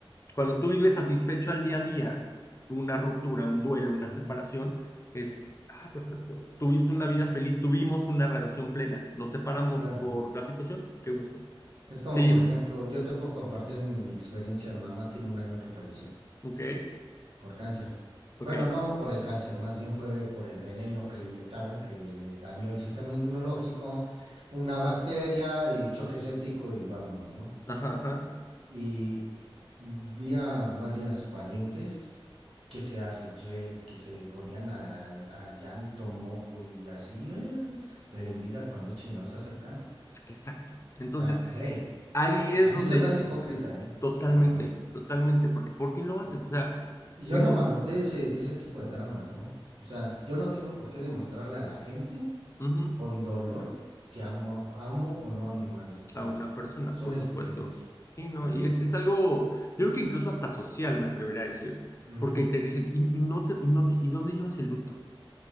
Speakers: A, on the left; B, on the right.
A: Cuando tú vives
B: Yo-
A: satisfecho al día a día, una ruptura, un duelo, una
B: ujú,
A: separación, es, ah, perfecto, tuviste una vida feliz, tuvimos una relación plena, nos separamos
B: claro.
A: por la situación, qué gusto.
B: Es como,
A: Sí,
B: por ejemplo, yo te puedo compartir en mi experiencia. Mi mamá tiene un año que falleció
A: ok,
B: por cáncer. Bueno,
A: ok,
B: no por el cáncer, más bien fue por el veneno que le inyectaron que le dañó el sistema inmunológico, una bacteria y choque séptico y vámonos, ¿no?
A: ajá, ajá,
B: Y vi a varias parientes que se, arre- que se ponían a, a llanto, moco y así, eh, pero en vida cuando chingados se acercaron. O
A: exacto. Entonces,
B: sea, güey,
A: ahí es
B: a
A: donde
B: mí se me hace hipócrita, eh,
A: Totalmente,
B: la verdad.
A: totalmente, porque ¿por qué lo haces?
B: Y-
A: O sea,
B: y- y Yo
A: eso
B: no me
A: es
B: aventé ese, ese tipo de dramas, ¿no? O sea, yo no tengo por qué demostrarle a la gente
A: ujú,
B: con dolor si amo, amo o no a mi madre. O sea,
A: a una persona,
B: es una
A: por
B: estupidez,
A: supuesto. Sí, ¿no?
B: la
A: Y
B: neta.
A: es, es algo, yo creo que incluso hasta social, me atrevería a decir,
B: Ujú,
A: porque te dicen, ¿y, y no te, y, no, te- ¿y dónde llevas el luto?